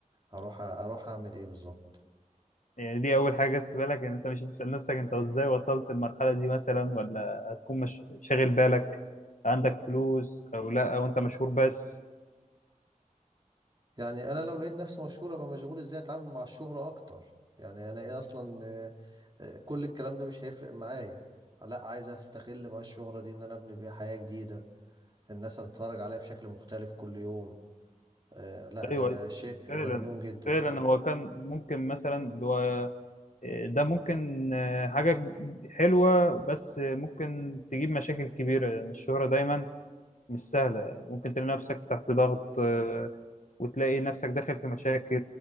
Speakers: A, on the right (about 30°); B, on the left (about 65°).
A: اروح اروح اعمل ايه بالظبط
B: يعني دي أول حاجة جت في بالك إن أنت مش هتسأل نفسك أنت إزاي وصلت المرحلة دي مثلا ولا هتكون مش... شاغل بالك عندك فلوس أو لا أو أنت مشهور بس
A: يعني انا لو لقيت نفسي مشهور ابقى مشغول ازاي اتعامل مع الشهرة اكتر يعني انا ايه اصلا آه، آه، كل الكلام ده مش هيفرق معايا لا عايز استغل بقى الشهرة دي ان انا ابني بيها حياة جديدة الناس هتتفرج عليا بشكل مختلف كل يوم آه لا ده
B: ايوه أيوة.
A: شيء
B: فعلا
A: مجنون جدا
B: فعلا هو كان ممكن مثلا هو ده ممكن آه، حاجة حلوة بس آه، ممكن تجيب مشاكل كبيرة يعني الشهرة دايما مش سهلة ممكن تلاقي نفسك تحت ضغط آه، وتلاقي نفسك داخل في مشاكل